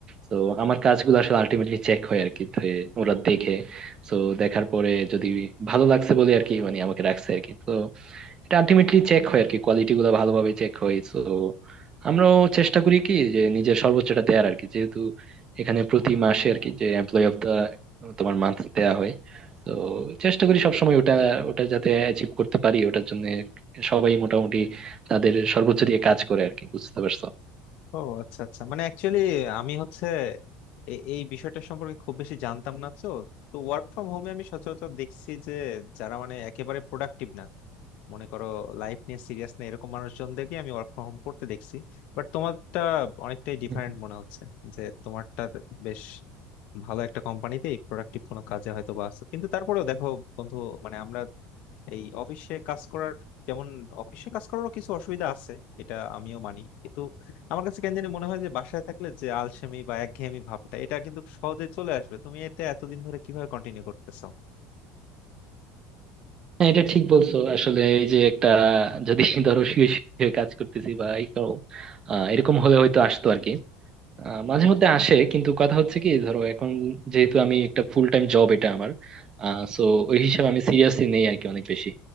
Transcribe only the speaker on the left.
ও আচ্ছা আচ্ছা মানে অ্যাকচুয়ালি আমি হচ্ছে এ- এই বিষয়টা সম্পর্কে খুব বেশি জানতাম না তো তো ওয়ার্ক ফ্রম হোমে আমি সচরাচর দেখছি যে যারা মানে একেবারে প্রোডাক্টিভ না মনে করো লাইফ নিয়ে সিরিয়াস না এরকম মানুষজনদেরকে আমি ওয়ার্ক ফ্রম হোম করতে দেখছি বাট তোমারটা অনেকটাই ডিফারেন্ট
মনে হচ্ছে যে তোমারটা বেশ ভালো একটা কোম্পানিতে প্রোডাক্টিভ কোনো কাজে হয়তো বা আছে কিন্তু তারপরেও দেখো বন্ধু মানে আমরা এই অফিসে কাজ করার যেমন অফিসে কাজ করারও কিছু অসুবিধা আছে এটা আমিও মানি কিন্তু আমার কাছে কেন জানি মনে হয় যে বাসায় থাকলে যে আলসেমি বা একঘেয়েমি ভাবটা এটা কিন্তু সহজে চলে আসবে তুমি এটা এতদিন ধরে কিভাবে কন্টিনিউ করতেছো